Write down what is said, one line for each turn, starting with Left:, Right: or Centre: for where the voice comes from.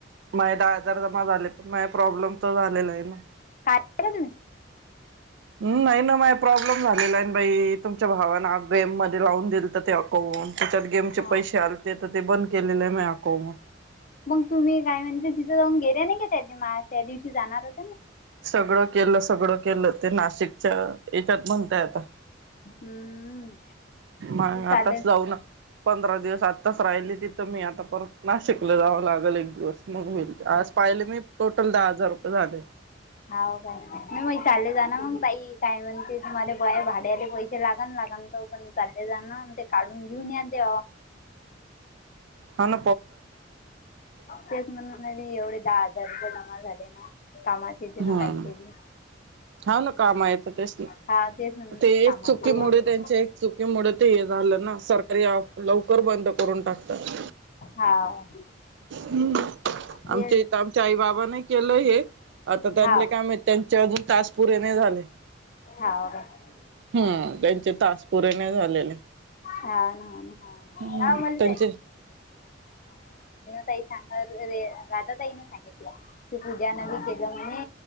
Right: मग दहा हजार जमा झाले पण म प्रॉब्लेम तर झालेला आहे ना
Left: काढले का तुम्ही
Right: हम् नाही ना प्रॉब्लेम झालेला आहे बाई तुमच्या भावाना गेम मध्ये लावून दिल तर ते अकवून त्याच्यात गेमचे
Left: हां
Right: पैसे आलते तर ते बंद केलेले आहे म अको मग
Left: मग तुम्ही काय म्हणजे तिथे जाऊन गेले नाही का त्या त्या दिवशी जाणारच
Right: सगळं केलं सगळं केलं ते नाशिकच्या याच्यात म्हणताय आता
Left: हं
Right: मग
Left: चालेल
Right: आताच जाऊन पंधरा दिवस आताच राहिली तिथं मी आता परत नाशिकला जावं लागल एक दिवस मग होईल आज पाहिले मी टोटल दहा हजार होे
Left: हा काय नाही मग चालले जा ना मग तई काय म्हणते मला बाय भाड्याले पैसे लागल लागन त पण चालले जा ना ते काढून घेऊन या ते
Right: हण
Left: तेच म्हण म्ह एवढे दाज घरबलामा झाडे ना कामात येते
Right: हम्म
Left: ना काहीचे बी
Right: हा ना, काम आहेेत तेसनी,
Left: हा तेच म्हणून
Right: ना ते
Left: कामात
Right: एक चुकीमुळे
Left: येते
Right: त्यांच्या एक चुकीमुळे ते हे झालं ना सरकारी लवकर बंद करून टाकतात.
Left: हाव
Right: हम्म. <unintelligible>
Left: हे
Right: आमच्या इथ आमच्या आई बाबा नाही केलं हे आता त्यांले
Left: हाव
Right: काय माहित त्यांच्या अजून आज पुरे नाय झाले.
Left: हव का <unintelligible>
Right: हम्, त्यांचे तास पुरे नाही झालेले.
Left: हनन
Right: हम्म
Left: ह म्हण <unintelligible>
Right: त्यांचे
Left: तई सांग राधा ताई न सांगितलं, की पूजा न बी केलं म्हणे